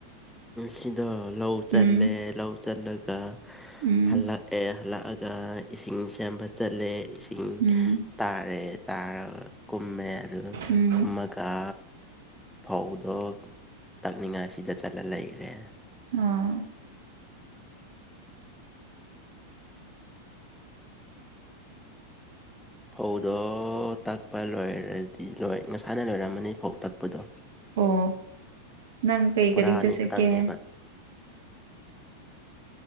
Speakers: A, in the centre; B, on the right.
A: ꯁꯤꯗꯣ ꯂꯧ ꯆꯜꯂꯦ
B: ꯎꯝ
A: ꯂꯧ ꯆꯜꯂꯒ
B: ꯎꯝ
A: ꯍꯜꯂꯛꯑꯦ ꯍꯜꯂꯛꯑꯒ ꯏꯁꯤꯡ ꯁꯦꯝꯕ ꯆꯠꯂꯦ ꯏꯁꯤꯡ
B: ꯎꯝ
A: ꯇꯥꯔꯦ ꯇꯥꯔꯒ ꯀꯨꯝꯃꯦ ꯑꯗꯨ
B: ꯎꯝ
A: ꯀꯨꯝꯃꯒ ꯆ ꯐꯧꯗꯣ ꯇꯛꯅꯤꯡꯉꯥꯏ ꯁꯤꯗ ꯆꯠꯂ ꯂꯩꯈꯔꯦ
B: ꯑꯥ
A: ꯐꯧꯗꯣ ꯇꯛꯄ ꯂꯣꯏꯔꯗꯤ ꯂꯣꯏ ꯉꯁꯥꯅ ꯂꯣꯏꯔꯝꯃꯅꯤ ꯐꯧ ꯇꯛꯄ ꯗꯣ
B: ꯑꯣ ꯅꯪ ꯀꯩ
A: ꯄꯨꯔꯥ
B: ꯒꯥꯔꯤꯗ
A: ꯑꯅꯤ
B: ꯆꯠꯀꯦ
A: ꯈꯛꯇꯪꯅꯦꯕ